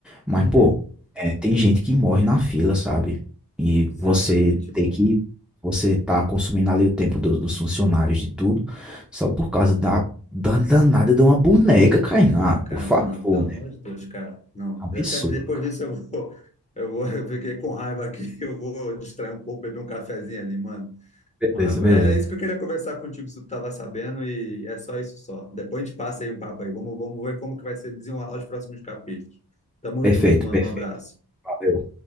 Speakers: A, in the centre; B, on the left (about 15°).
A: Mas,
B: Uhum,
A: pô, é, tem gente que morre na fila, sabe? E
B: exatamente,
A: você ter
B: pô.
A: que. Você tá consumindo ali o tempo dos, dos funcionários de tudo, só por causa da, da danada de uma boneca, Kainá.
B: Ah,
A: Ah, por
B: cara,
A: favor,
B: não, pelo amor
A: né?
B: de Deus, cara, não.
A: Absurdo,
B: Até depois
A: cara.
B: disso eu vou, eu vou, <laughs> eu fiquei com raiva aqui, <laughs> eu vou distrair um pouco, beber um cafezinho ali, mano.
A: Beleza,
B: Mas
A: beleza.
B: era isso que eu queria conversar contigo, se tu tava sabendo, e é só isso só. Depois a gente passa aí um papo aí, vamos, vamos ver como que vai ser desenrolar os próximos capítulos. Tamo
A: Perfeito,
B: junto, mano,
A: perfeito.
B: um abraço.
A: Valeu.